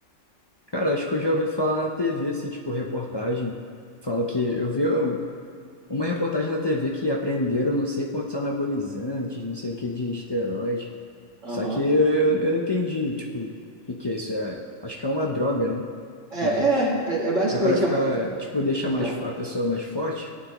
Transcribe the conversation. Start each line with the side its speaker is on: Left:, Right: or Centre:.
Left: Cara, acho que eu já ouvi falar na TV, assim, tipo, reportagem. Fala que eu vi um- uma reportagem na TV que apreenderam não sei quantos anabolizantes, não sei o que de esteroide.
Right: Aham.
Left: Só que eu, eu eu não entendi, tipo, o que que é isso? É, acho que é uma droga, né?
Right: É, é,
Left: Mas
Right: é, é basicamente.
Left: é para ficar,
Right: é uma-
Left: tipo, deixa
Right: então,
Left: mais a pessoa mais forte?